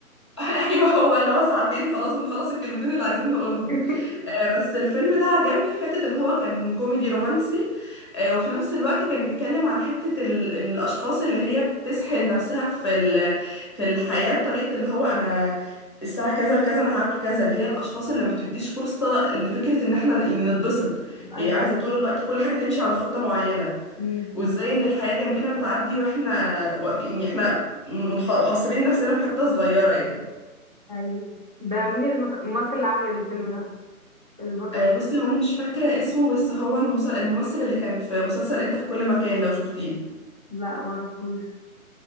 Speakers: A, on the left; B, on the right.
A: <laughs> ايوه هو اللي هو ساعتين خلاص بنخلص الكلمتين اللي عايزين نقولهم
B: <laughs>
A: آه، بس الفيلم ده عجبني في حتة ان هو كان كوميدي رومانسي آه، وفي نفس الوقت كان بيتكلم عن حتة ال- الاشخاص اللي هي بتسحل نفسها في ال- في الحياة بطريقة اللي هو انا الساعة كذا لكذا انا هعمل كذا اللي هي الاشخاص اللي ما بتديش فرصة لفكرة ان احنا يعني نتبسط هي
B: ايوه
A: عايزة طول الوقت كل حاجة تمشي على خطة معينة
B: أمم،
A: وازاي ان الحياة جنبينا بتعدي واحنا واقفين يعني احنا منح- حاصرين نفسنا في حتة صغيرة يعني
B: ايوه ده مين المس- الممثل اللي عامل الفيلم ده البطل
A: آه، بصي هو انا مش فاكره اسمه بس هو المس- الممثل اللي كان في مسلسل انت في كل مكان لو شفتيه
B: لا معرفوش